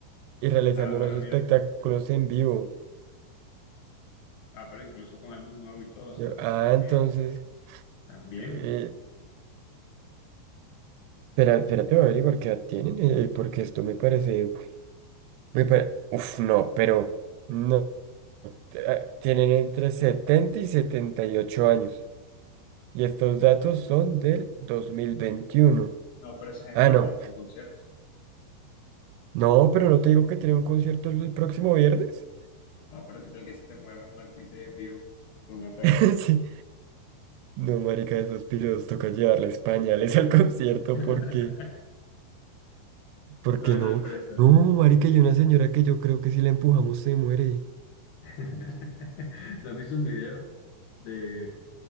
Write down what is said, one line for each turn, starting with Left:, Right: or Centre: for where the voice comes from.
Right: y realizando
Left: Ah, bueno,
Right: unos espectáculos
Left: mira.
Right: en vivo.
Left: Ah, pero incluso con álbum nuevo y todo. O sea,
Right: Yo,
Left: están.
Right: ah, entonces...
Left: es- están bien.
Right: eh, Espera, espérate, voy a averiguar qué edad tienen, eh, porque esto me parece, me pare- Uf, no, pero no. eh, Tienen entre 70 y 78 años. Y estos datos son del 2021.
Left: No, pero esa gente
Right: Ah,
Left: no
Right: no.
Left: aguanta un concierto.
Right: No, pero no te digo que tiene un concierto el próximo viernes.
Left: Ah, pero qué tal que se te muera un artista ahí en vivo con ataque.
Right: <laughs> Sí. No, marica, esos piros toca llevarles pañales al concierto
Left: <laughs>
Right: porque... Porque
Left: Bueno,
Right: no.
Left: pero está.
Right: No, marica, y una señora que yo creo que si la empujamos se muere.
Left: <laughs> ¿No has visto un video de,